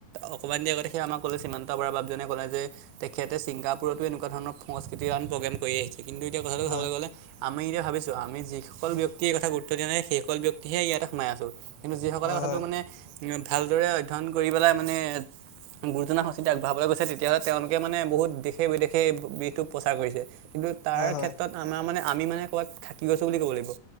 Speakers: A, on the right; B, on the left.
A: অকণমান দেৰি আগত সেই আমাক কলে শ্ৰী সিমান্ত বৰা বাপজনে ক'লে যে তেখেতে ছিংগাপুৰতো এনেকুৱা ধৰণৰ সংস্কৃতিৱান প্ৰগ্ৰেম কৰি আহিছে, কিন্তু এতিয়া কথাটো
B: হয়
A: চাবলৈ গ'লে আমি এতিয়া ভাবিছোঁ আমি যিকল ব্যক্তিৰ কথা গুৰুত্ব দিয়া নাই সেইসকল ব্যক্তিহে ইয়াতে সোমাই আছোঁ। কিন্তু যিসকলে
B: হয়
A: কথাটো মানে ভালদৰে অধ্যয়ন কৰি পেলাই মানে গুৰুজনাৰ সংস্কৃতি আগবঢ়াবলৈ গৈছে তেতিয়া হ'লে তেওঁলোকে মানে বহুত দেশে বিদেশে এই বিষটো প্ৰচাৰ কৰিছে। কিন্তু তাৰ
B: হয় হয় হয়
A: ক্ষেত্ৰত আমাৰ মানে আমি মানে ক'ৰবাত থাকি গৈছোঁ বুলি ক'ব লাগিব,